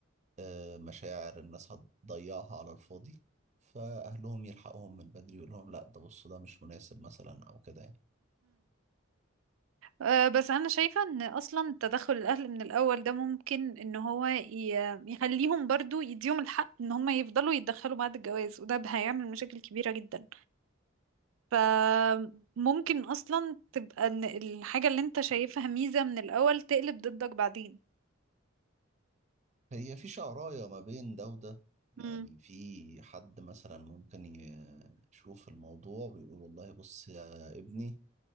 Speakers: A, on the right (about 35°); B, on the right (about 75°).
A: آه، مشاعر الناس هتضيعها على الفاضي فاهلهم يلحقهم من بدري يقول لهم لا ده بصوا ده مش مناسب مثلا او كده يعني
B: آه، بس انا شايفة ان اصلا تدخل الاهل من الاول ده ممكن ان هو ي- يخليهم برضو يديهم الحق ان هم يفضلوا يتدخلوا بعد الجواز وده هيعمل مشاكل كبيرة جدا فممكن اصلا تبقى ان الحاجة اللي انت شايفها ميزة من الاول تقلب ضدك بعدين
A: هي في شعراية ما بين ده وده يعني
B: مم.
A: في حد مثلا ممكن ي- يشوف الموضوع ويقول والله بص يا ابني